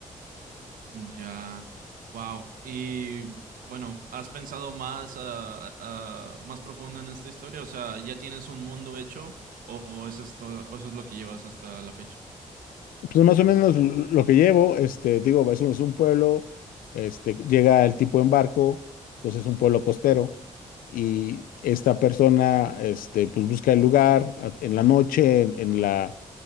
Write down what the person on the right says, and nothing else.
Ya, wow. Y bueno, ¿has pensado más, ah, ah, más profundo en esta historia? O sea, ¿ya tienes un mundo hecho o, o eso es todo, o eso es lo que llevas hasta la fecha?